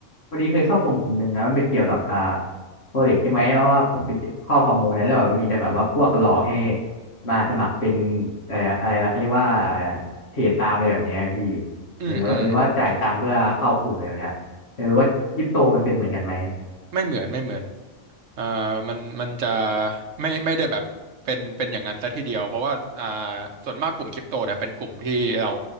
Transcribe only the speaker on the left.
พอดีเคยเข้ากลุ่มกลุ่มหนึ่งครับมันเป็นเกี่ยวกับอ่าโปรเจกต์ใช่ไหมเพราะว่าผมไปเข้าข้อมูลนั้นแล้วแบบมันมีแต่แบบว่าพวกหลอกให้มาสมัครเป็นอะไรอะไรนะเขาเรียกว่าอะไรเทรดตามอะไรแบบเนี้ยพี่
หรือว่าหรือว่าจ่ายตังค์เพื่อเข้ากลุ่มอะไรแบบเนี้ยอยากรู้ว่าคริปโตมันเป็นเหมือนกันไหม